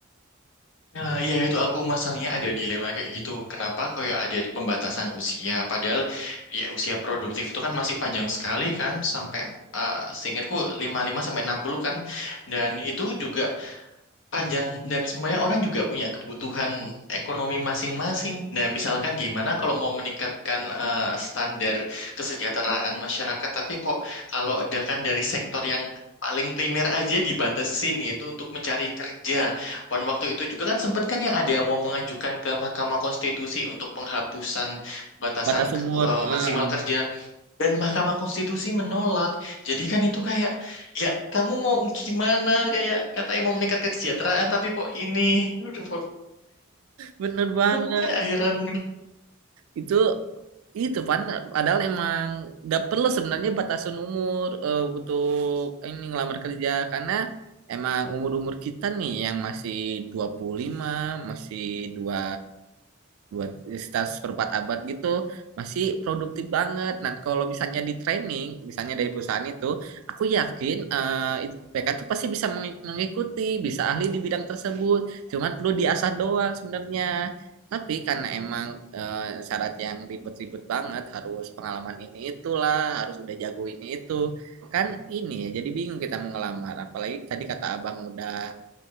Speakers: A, on the left; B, on the right.
A: Nah, ya itu aku masalahnya ada dilema kayak gitu. Kenapa kayak ada pembatasan usia? Padahal ya usia produktif itu kan masih panjang sekali kan sampai uh, seingatku 55 sampai 60 kan. Dan itu juga panjang dan semuanya orang juga punya kebutuhan ekonomi masing-masing. Nah, misalkan gimana kalau mau meningkatkan eh, standar kesejahteraan masyarakat, tapi kok kalau udah kan dari sektor yang paling primer aja dibatasin yaitu untuk mencari kerja. Pada waktu itu juga kan sempat kan yang ada yang mau mengajukan ke Mahkamah Konstitusi untuk penghapusan batasan
B: Batas
A: ke-
B: umur.
A: eh,
B: eh,
A: maksimal kerja dan Mahkamah Konstitusi menolak. Jadi kan itu kayak, ya kamu mau gimana? Kayak katanya mau meningkat kesejahteraan, tapi kok ini? Aduh,
B: Bener banget.
A: Aku kayak heran.
B: Itu itu van padahal emang gak perlu sebenarnya batasan umur eh, untuk ini ngelamar kerja karena emang umur-umur kita nih yang masih 25 masih dua buat sekitar seperempat abad gitu masih produktif banget. Nah, kalau misalnya di training, misalnya dari perusahaan itu, aku yakin eh, it- mereka tuh pasti bisa mengi- mengikuti, bisa ahli di bidang tersebut. Cuman perlu diasah doang sebenarnya. Tapi karena emang eh, syarat yang ribet-ribet banget, harus pengalaman ini itulah, harus udah jago ini itu, kan ini ya. Jadi bingung kita mau ngelamar. Apalagi tadi kata abang udah